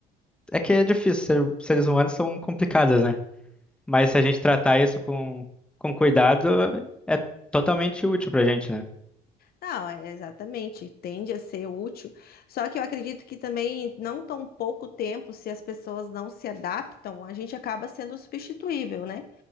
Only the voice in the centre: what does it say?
é que é difícil, ser- seres humanos são complicados, né? Mas se a gente tratar isso com com cuidado, é totalmente útil pra gente, né?